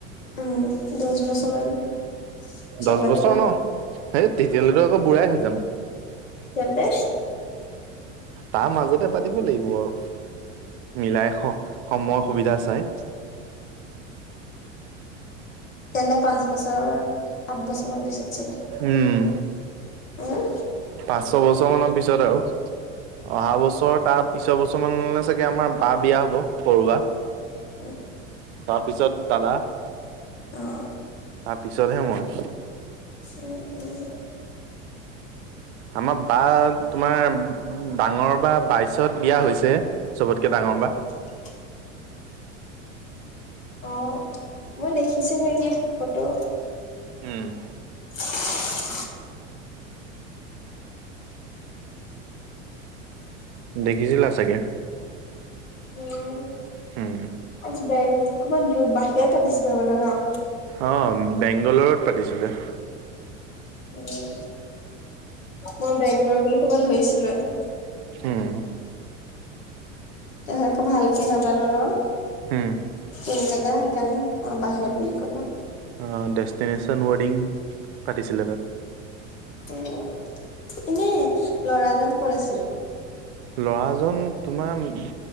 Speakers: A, on the left (about 75°); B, on the right (about 55°).
A: উম দহ বছৰ মান পিছত
B: দহ
A: পাতিবা
B: বছৰ ন সেই তেতিয়ালৈতো আকৌ বুঢ়াই হৈ যাম
A: তেন্তে
B: তাৰ মাজতে পাতিব লাগিব আৰু মিলাই স সময় সুবিধা চাই
A: তেন্তে পাঁচ বছৰ সাত বছৰমান পিছত চাগে
B: উম
A: উম
B: পাঁচ ছ বছৰ মানৰ পিছত আৰু অহা বছৰ তাৰ পিছৰ বছৰ মানলৈ চাগে আমাৰ বা বিয়া হব সৰু বা
A: উ
B: তাৰপিছত দাদা
A: অ
B: তাৰপিছতহে মই
A: উম উম
B: আমাৰ বা তোমাৰ ডাঙৰ বা বাইচত বিয়া হৈছেহে চবতকে ডাঙৰ বা
A: <unintelligible> অ মই দেখিছি নেকি ফটো
B: উম
A: <unintelligible>
B: দেখিছিলা চাগে
A: উম
B: হুম।
A: অকমান দে কবাত বাহিৰত পাতিছিলে মানা ন
B: অ' বেংগলৰত পাতিছিলে।
A: উম। মই বেংগলৰ বুলি ক'ব ধৰিছিলো এ
B: হুম।
A: তহেকৌ ভালকে নাজানো ন?
B: হম।
A: এই জেগা সেইকাৰণে অ' বাহিৰত বুলি কলে।
B: অঁ, ডেষ্টিনেশ্যন ৱেৰ্ডিং পাতিছিলে তাত।
A: উম এনে ল'ৰাজন কৰ আছিলে?
B: লৰাজন তোমা ম